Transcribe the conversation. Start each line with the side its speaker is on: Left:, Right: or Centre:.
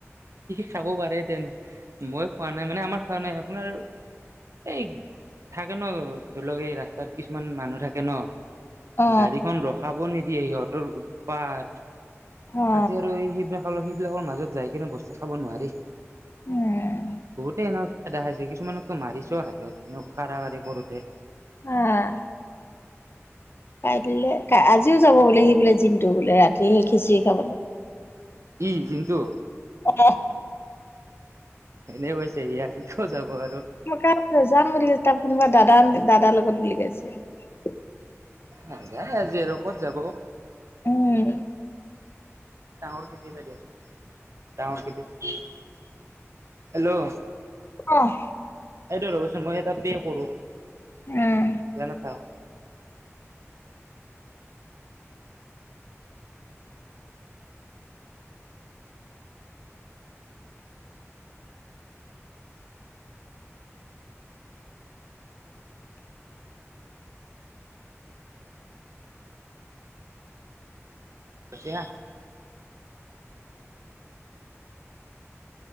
Right: খাব পাৰে তেন মই খোৱা নাই মানে আমাৰ খোৱা নাই আপোনাৰ এই থাকে ন ধৰি লওক এই ৰাস্তাত কিছুমান মানুহ থাকে ন
Left: অ
Right: গাড়ীখন ৰখাব নিদিয়ে সিহঁতৰ উৎপাত
Left: অ
Right: তাতে আৰু এই সেইবিলাক সেইবিলাকৰ মাজত যাই কিনে বস্তু খাব নোৱাৰি
Left: উম
Right: বহুতেই এনৰ দেখাইছে কিছুমানকতো মাৰিছ হাতত এনেকৰাৱা়ঢ়ি কৰোতে
Left: আহ কাই দিলে ক আজিও যাব বোলে সি বোলে জিনটো বোলে ৰাতি সেই খিচিৰি খাবলৈ
Right: ই জিণ্টু
Left: অ',
Right: এনে পৈছে ইি আজ কিয় যাব আৰু
Left: ক যাম বুলি তাৰ কোনোবা দাদা দাদাৰ লগত উল গাইছে
Right: নাযায় আজি আৰু ক'ত যাব
Left: উম,
Right: ডাঙৰ খতি য আছ ডাঙৰ খতি হেল্ল'
Left: অ',
Right: ৰ'চোন মই এটা পে কৰো
Left: উম
Right: নাও কছো